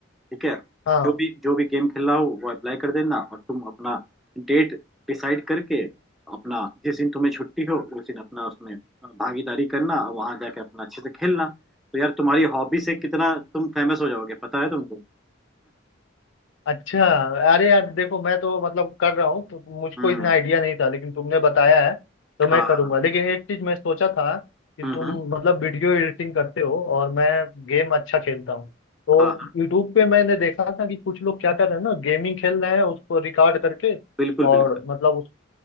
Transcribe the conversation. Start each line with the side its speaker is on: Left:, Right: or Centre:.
Centre: ठीक है
Left: हाँ
Centre: जो भी जो भी गेम खेल रहा हो वो अप्लाई कर देना और तुम अपना डेट डिसाइड करके अपना जिस दिन तुम्हें छुट्टी हो उस दिन अपना उसमें भागीदारी करना और वहां जाके अपना अच्छे से खेलना तो यार तुम्हारी हॉबी से कितना तुम फेमस हो जाओगे पता है तुमको
Left: अच्छा अरे यार देखो मैं तो मतलब कर रहा हूँ तो मुझको
Centre: हम्म
Left: इतना आइडिया नहीं था लेकिन तुमने बताया है तो मैं
Centre: हाँ
Left: करूंगा लेकिन एक चीज मैं सोचा था कि
Centre: हम्म
Left: तुम
Centre: हम्म,
Left: मतलब वीडियो एडिटिंग करते हो और मैं गेम अच्छा खेलता हूँ तो
Centre: हाँ हाँ
Left: यूट्यूब पे मैंने देखा था कि कुछ लोग क्या कर रहे हैं ना गेमिंग खेल रहे हैं उसको रिकॉर्ड करके
Centre: बिल्कुल
Left: और
Centre: बिल्कुल
Left: मतलब उस